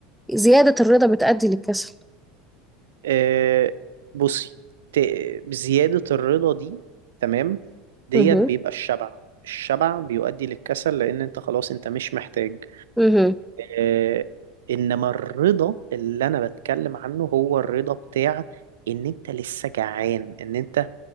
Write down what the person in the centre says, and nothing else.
زيادة الرضا بتؤدي للكسل
مهم.
مهم.